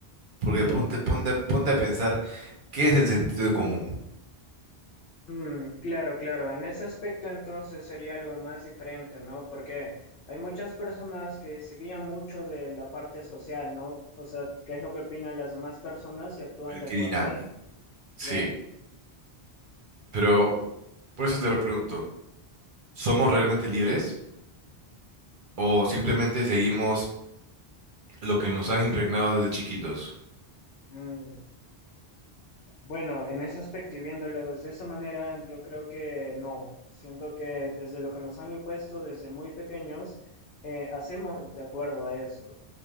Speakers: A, on the right; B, on the left.
A: Porque
B: Mm,
A: ponte, ponte, ponte a pensar qué es el sentido común,
B: Mm, claro, claro. En ese aspecto entonces sería algo más diferente, ¿no? Porque hay muchas personas que se guían mucho de la parte social, ¿no? O sea, qué es lo que opinan las demás personas y actúan
A: el
B: de
A: que
B: acuerdo
A: dirán.
B: a eso.
A: Sí,
B: Claro.
A: pero por eso te lo pregunto, ¿somos realmente libres o simplemente seguimos lo que nos han impregnado desde chiquitos?
B: Mm, Bueno, en ese aspecto y viéndolo desde esa manera, yo creo que no. Siento que desde lo que nos han impuesto desde muy pequeños, eh, hacemos de acuerdo a eso.